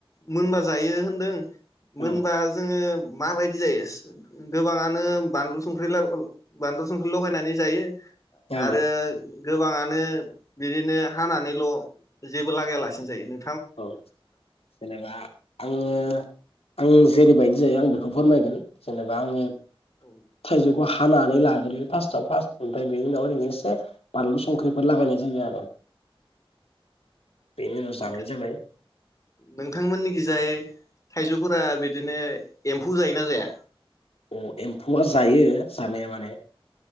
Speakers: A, on the left; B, on the left.
A: मोनबा जायो होनदों मोनबा
B: औ
A: जोथोब माबायदि जायोस गोबाङानो बानलु संख्रि ला उ बानलु संख्रि लगायनानै जायो?
B: औ
A: आरो गोबाङानो बिदिनो हानानै ल जेबो लागाया लासिनो जायो नो
B: औ जेनेबा आङो आं जेरैबायद जायो आं बेखौ फोरमायगोन जेनेबा आङो
A: औ
B: थाइजौखौ हा हानानै लाग्रोयो फास्टआव फास्ट ओमफ्राय बेनि उनाव ओरैनो इसे बानलु संख्रिफोर लागायनाय जायो आरो बेनि उनाव
A: नोंथां
B: जानाय जाबाय
A: नोंथांमोननिखि जाय थायजौफोरा बे बिदिनो एम्फौ जायोना जाया?
B: अ एम्फौआ जायो जानाया माने